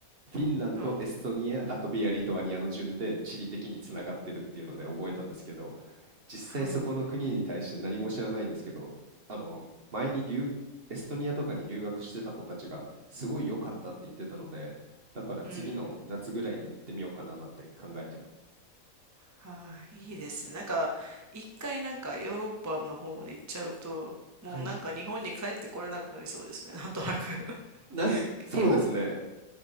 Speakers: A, on the right; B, on the right.
A: フィンランド、
B: うん。
A: エストニア、ラトビア、リトアニアの順で地理的につながってるっていうので覚えたんですけど、実際そこの国に対して何も知らないんですけど、
B: はあ。
A: あの前に留エストニアとかに留学してた子たちがすごい良かったって言ってたので、
B: うん。
A: だから次の夏ぐらいに行ってみようかななんて考えてます。
B: うん。はあ、いいですね。なんか、一回なんかヨーロッパの方まで行っちゃうと、もうなんか日本に帰ってこれなくなりそうですね。
A: はい。
B: なんとなく <laughs>
A: なんかそうですね。
B: 日本、